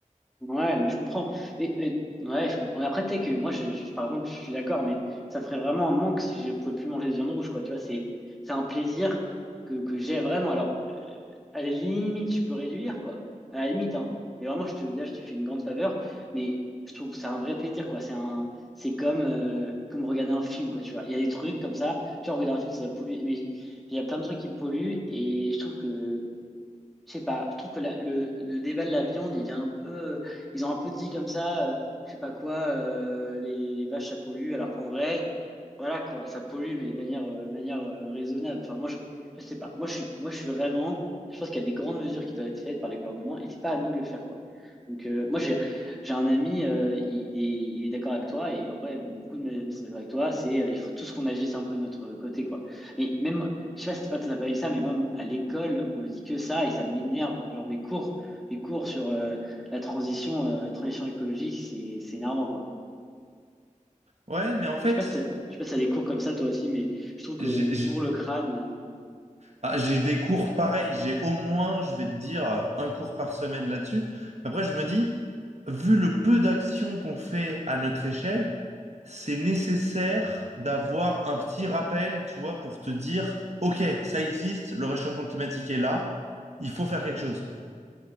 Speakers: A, in the centre; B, on the right (about 55°).
A: Ouais, non, mais je comprends. Et, et- ouais, je comprends. Mais après, tu sais que moi, je, je- par exemple, je suis d'accord, mais ça ferait vraiment un manque si je pouvais plus manger de viande rouge, quoi. Tu vois, c'est, c'est un plaisir que, que j'ai vraiment. Alors, euh, à la limite, je peux réduire, quoi. À la limite, hein. Et vraiment, je te, là, je te fais une grande faveur, mais je trouve que c'est un vrai plaisir, quoi. C'est un, c'est comme, euh, comme regarder un film, quoi. Tu vois, il y a des trucs comme ça. Tu vois, regarder un film, ça va polluer. Mais il y a plein de trucs qui polluent, et je trouve que je sais pas, je trouve que la- le, le débat de la viande, il est un peu. Ils ont un peu dit comme ça, euh, je sais pas quoi, euh, les, les vaches, ça pollue. Alors qu'en vrai, voilà quoi, ça pollue, mais de manière, euh, de manière euh, raisonnable. Enfin, moi, je, je sais pas. Moi, je suis, moi, je suis vraiment. Je pense qu'il y a des grandes mesures qui doivent être faites par les gouvernements et c'est pas à nous de le faire quoi. Donc, euh, moi, j'ai, j'ai un ami, euh, il, il est, il est d'accord avec toi et en vrai, beaucoup de mes amis sont d'accord avec toi. C'est, euh, il faut tous qu'on agisse un peu de notre côté quoi. Mais même, je sais pas si c'est pas tout à fait ça, mais moi, à l'école, on me dit que ça et ça m'énerve. Genre mes cours, mes cours sur euh, la transition, euh, transition écologique, c'est c'est énervant quoi.
B: Ouais, mais en fait,
A: Je sais pas si t'as, je sais pas si t'as des cours comme ça toi aussi, mais je trouve qu'on
B: j'ai
A: nous
B: j'ai-
A: bourre le crâne.
B: ah, j'ai des cours pareils. J'ai au moins, je vais te dire, euh, un cours par semaine là-dessus. Après, je me dis, vu le peu d'actions qu'on fait à notre échelle, c'est nécessaire d'avoir un petit rappel, tu vois, pour te dire, OK, ça existe, le réchauffement climatique est là, il faut faire quelque chose.